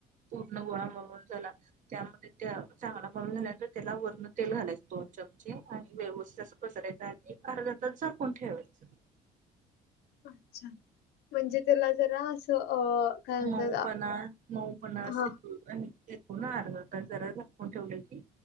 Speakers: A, on the right; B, on the left.
A: पूर्ण गोळा मळून झाला, त्यामध्ये त्या चांगला मळून झाल्या त्याला वरण तेल घालायचं दोन चमचे आणि व्यवस्थित अस पसरायचं, आणि अर्धातास झाकून ठेवायचं.
B: अच्छा म्हणजे त्याला जरा असं अ! काय म्हणतात
A: मऊ पणा मऊ पणा असे.
B: हां,
A: आणि ते पुन्हा अर्धातास जरा झाकून ठेवल की